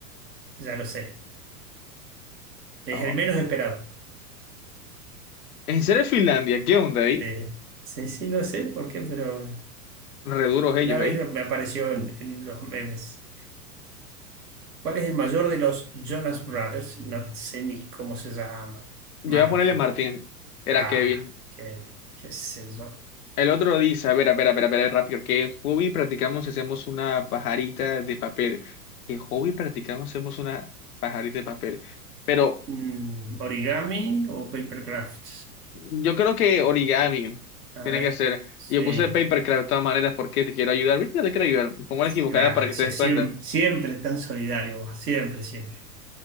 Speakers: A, on the right; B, on the left.
A: ya lo sé. Es
B: Ah, va.
A: el menos esperado.
B: ¿En serio es Finlandia? ¿Qué onda ahí?
A: Sí, sí, sí, no sé por qué, pero
B: Reduros
A: una
B: ellos,
A: vez
B: ¿eh?
A: lo- me apareció en, en los memes. ¿Cuál es el mayor de los Jonas Brothers? No sé ni cómo se llama.
B: Yo
A: Martin.
B: voy a ponerle Martín. Era
A: Ah,
B: Kevin.
A: qué, qué sé yo.
B: El otro dice, a ver, a ver, a ver, a ver, rápido, ¿qué hobby practicamos si hacemos una pajarita de papel? ¿Qué hobby practicamos si hacemos una pajarita de papel? Pero
A: Mm, origami o papercraft.
B: yo creo que origami
A: A
B: tiene
A: ver.
B: que ser.
A: Sí.
B: Yo puse papercraft de todas maneras porque te quiero ayudar. ¿Viste? Te quiero ayudar. Pongo la equivocada
A: Gracias.
B: para que te des cuenta.
A: Siempre, siempre tan solidario vos. Siempre, siempre.